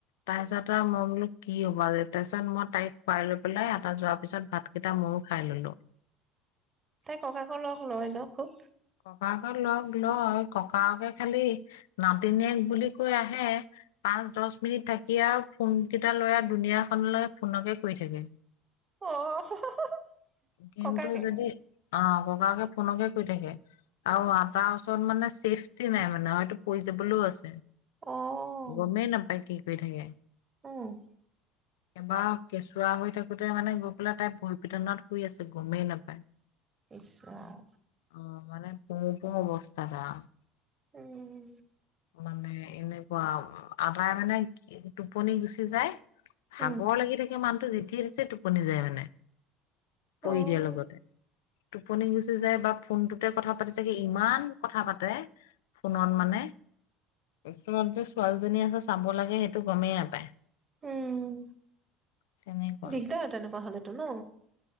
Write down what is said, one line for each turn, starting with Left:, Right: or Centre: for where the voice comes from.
Left: তাৰ পিছত আৰু মই বোলো কি হবা যে তাৰপিছত মই তাইক খোৱাই লৈ পেলাই আতা যোৱাৰ পিছত ভাত কেইটা মইো খাই ললো।
Right: তাই ককাাত লগ লয় ন খুব।
Left: ককাকে লগ লয় ককাকে খালি নাতিনিয়েক বুলি কৈ আহে পাঁচ দহ মিনিট থাকি আৰু ফোন কেইটা লৈ দুনীয়াখনলৈ ফোনকে কৰি থাকে।
Right: অ হ হ হ
Left: কিন্তু
Right: ককাকে।
Left: যদি অ', ককাকে ফোনকে কৰি থাকে। আৰু আতা ওচৰত মানে চেফটি নাই মানে হয়তো পৰি যাবলৈও আছে।
Right: অহ
Left: গমেই
Right: ',
Left: নাপায় কি কৰি থাকে?
Right: উম',
Left: এবাৰ কেঁচুৱা হৈ থাকোতে মানে গৈ পেলাই তাই ভৰি পিঠনত শুই আছে গমেই নাপায়।
Right: ইচ ৰাম
Left: অ' মানে পুওঁ পুং অৱস্থাত আৰু
Right: উম
Left: মানে এনেকুৱা আদায় মানে টোপনি গুচি যায় ভাগৰ
Right: উম,
Left: লাগি থাকে মানু যেতিয়া-তেতিয়াই টোপনি যায় মানে পৰি
Right: অ',
Left: দিয়াৰ লগতে টোপনি গুচি যায় বা ফোনটো কথা পাতি থাকে ইমান কথা পাতে ফোনত মানে তোমাৰ যে ছোৱালীজনী আছে চাব লাগে সেইটো গমেই নাপায়
Right: উম
Left: তেনেকুৱা
Right: দিগদাৰ তেনেকুৱা হ'লে <unintelligible> ন